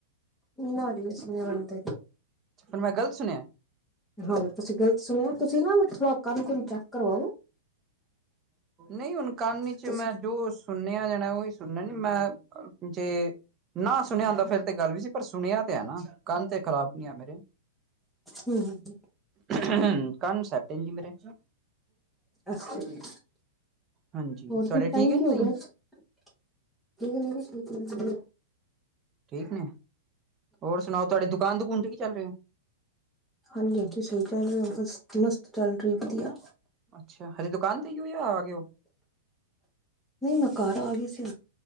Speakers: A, in the centre; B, on the right.
A: ਨਾ ਜੀ ਅਸੀਂ ਨਹੀਂ ਬਣਦੇ।
B: ਫੇਰ ਮੈਂ ਗਲਤ ਸੁਣਿਆ।
A: ਹਾਂ ਤੁਸੀਂ ਗ਼ਲਤ ਸੁਣਿਆ ਤੁਸੀਂ ਨਾ ਥੋੜਾ ਕੰਨ ਕੁਨ ਚੈੱਕ ਕਰਵਾਓ।
B: ਨਹੀਂ ਹੁਣ ਕਾਨ ਚ
A: ਤੁਸੀਂ
B: ਮੈਂ ਜੋ ਸੁਣੇ। ਜਾਣਾ ਉਹੀ ਸੁਣਨਾ ਨੀ ਮੈਂ ਜੇ ਨਾ ਸੁਣਿਆ ਹੁੰਦਾ ਫੇਰ ਤੇ ਗੱਲ ਵੀ ਸੀ। ਪਰ ਸੁਣਿਆ ਤੇ ਐ ਨਾ ਕੰਨ ਤੇ ਖ਼ਰਾਬ ਨੀ ਆ ਮੇਰੇ।
A: ਹੂੰ ਹੂੰ
B: ਹਮ ਕੰਨ ਸੈੱਟ ਆ ਜੀ ਮੇਰੇ।
A: ਅੱਛਾ ਜੀ
B: ਹਾਂਜੀ
A: ਹੋਰ
B: ਤੁਹਾਡੇ ਠੀਕ
A: ਟਾਈਮ
B: ਹੈ
A: ਕਿ ਹੋ
B: ਨਹੀਂ
A: ਗਿਆ। ਠੀਕ ਨਹੀਂ <unintelligible>
B: ਠੀਕ ਨੇ ਹੋਰ ਸੁਣਾਓ ਤੁਹਾਡੀ ਦੁਕਾਨ ਦੁਕੂਨ ਠੀਕ ਚੱਲ ਰਹੀ ਹੈ।
A: ਹਾਂਜੀ ਹਾਂਜੀ ਸਹੀ ਚੱਲ ਰਹੀ ਬਸ ਮਸਤ ਚੱਲ ਰਹੀ ਵਧੀਆ।
B: ਅੱਛਾ ਹਜੇ ਦੁਕਾਨ ਤੇ ਹੀ ਹੋ ਯਾਹ ਆਗੇ ਹੋ।
A: ਨਹੀਂ ਮੈਂ ਘਰ ਆ ਗਈ ਸੀ।